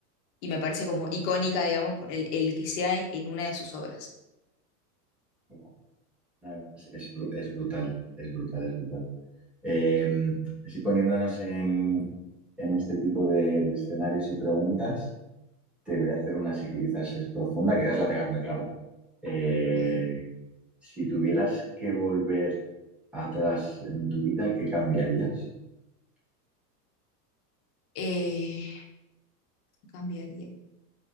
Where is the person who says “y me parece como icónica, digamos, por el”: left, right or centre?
Left